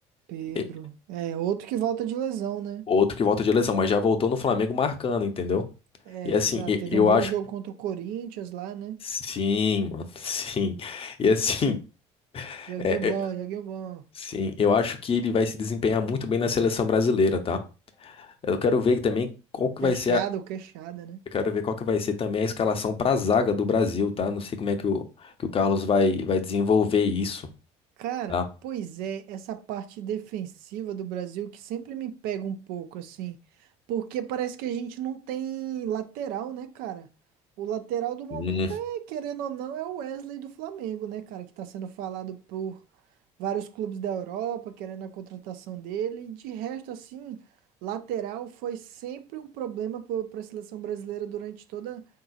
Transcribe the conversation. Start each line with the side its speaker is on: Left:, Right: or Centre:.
Right: Pedro.
Left: E-
Right: É, outro que volta de lesão, né?
Left: outro que volta de lesão, mas já voltou no Flamengo marcando, entendeu?
Right: É,
Left: E assim,
Right: exato.
Left: e-
Right: Teve
Left: eu
Right: um bom
Left: acho.
Right: jogo contra o Corinthians lá, né?
Left: Sim, mano, <laughs> sim. E assim,
Right: Joguinho
Left: é,
Right: bom,
Left: é-
Right: joguinho bom.
Left: sim, eu acho que ele vai se desempenhar muito bem na seleção brasileira, tá? Eu quero ver também qual que
Right: Queixada
Left: vai ser a,
Right: ou queixada, né?
Left: eu quero ver qual que vai ser também a escalação para a zaga do Brasil, tá? Não sei como é que o, que o Carlos vai, vai desenvolver isso,
Right: Cara,
Left: tá?
Right: pois é, essa parte defensiva do Brasil que sempre me pega um pouco, assim, porque parece que a gente não tem lateral, né, cara? O lateral do momento
Left: Hum.
Right: é, querendo ou não, é o Wesley do Flamengo, né, cara, que tá sendo falado por vários clubes da Europa, querendo a contratação dele, e de resto, assim, lateral foi sempre um problema para a seleção brasileira durante toda